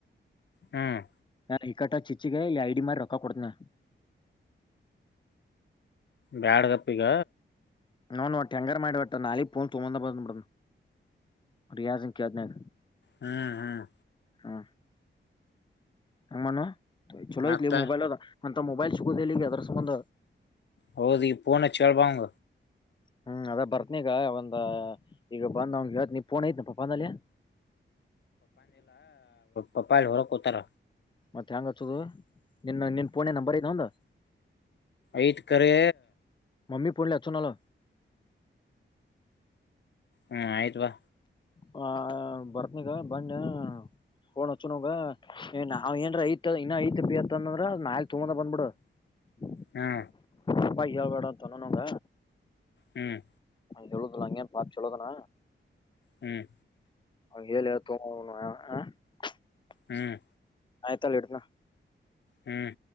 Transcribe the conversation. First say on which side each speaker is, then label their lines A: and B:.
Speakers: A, on the left; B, on the left.
A: ಹ್ಮ್
B: ನ ಇಕಟ್ಟ ಚಿಚ್ಚಿಗೆ ಇಲ್ಲಿ ಐಡಿ ಮಾರಿ ರೊಕ್ಕ ಕೊಡತನ
A: ಬ್ಯಾಡಗಪ್ಪಿಕ
B: ನೋ ನೋ ಟ್ಯಾಂಗರ್ ಮಾಡಿಬಟ್ಟ ನಾಲಿ ಪೋನ್ ತುಂಬಂದ ಬಂದ್ ಬಿಿಡ ರಿಯಾಜಂ ಕದಿನ
A: ಹ್ಮ್ ಹ್ಮ್
B: ಹ್ಮ ಹಮ್ಮಾನ ಚಲೋ
A: ಮತ್ತ
B: ಯತ್ಲಿ ಮೊಬೈಲ್ ಅದ ಅಂತ ಮೊಬೈಲ್ ಸಿಗುದ ಇಲ್ಲಿ ಈಗೆ ಅದ್ರ ಸಂಬಂಧ
A: ಹೌದೀ ಪಣ ಚಳ ಪಾಂಗ
B: ಹ್ಮ್ ಅದ ಬರ್ತ್ನೀಗ ಒಂದ ಈಗ ಬಂದಂಗ ಇವತ್ ನಿ ಪೋನ್ ಐತ್ನಪ್ಪ ಪಂದಲ್ಲಿ ಹ
A: ಪಪ್ಪಾ ಎಲ್ಲಿ ಹೊರಕೋತಾರ
B: ಮತ್ತ ಹೆಂಗ್ ಹಚ್ಚೋದು ನಿನ್ನ ನಿನ್ ಪೋನ್ಯಾಗ್ ನಂಬರ್ ಇದ್ ಅವನ್ದು
A: ಐತ್ ಕರೆ
B: ಮಮ್ಮಿ ಫೋನೇಲೇ ಅಚ್ಚಣಲ್ಲ
A: ಹ್ಮ್ ಆಯಿತ್ ಬಾ
B: ಹ ಬರ್ತಿಗ ಬಂದ ಫೋನ್ ಹಚ್ಚು ನೋಗ ನಾವ್ ಏನ್ರ ಐತ್ ಇನ್ನ ಐತ್ ಬಿತ್ತ ಅಂದ್ರ ನಾಳಿ ತಕೊಂದು ಬಂದಬಿಡು <inaudible>
A: ಹಾ
B: ಅಪ್ಪಗೆ ಹೇಳ್ಬೇಡ ಅಂತ ತನ್ನನುಂಗ
A: ಹ್ಮ್
B: ಹಂಗ್ ಹೇಳುದ್ಲು ಅಂಗೇನ್ <unintelligible> ಚಲೋದನ
A: ಹ್ಮ್
B: <unintelligible>
A: ಹ್ಮ್
B: ಆಯ್ತಲ್ಲ ಇಡ್ನ
A: ಹ್ಮ್